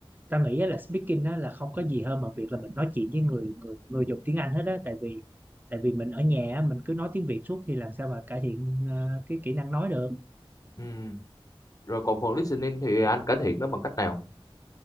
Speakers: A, on the right; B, on the left.
A: ta nghĩ á là speaking á là không có gì hơn mà việc là mình nói chuyện với người người người dùng tiếng Anh hết á tại vì tại vì mình ở nhà á, mình cứ nói tiếng Việt suốt thì làm sao mà cải thiện ờ, cái kỹ năng nói được
B: ừ. rồi còn phần listening thì anh cải thiện nó bằng cách nào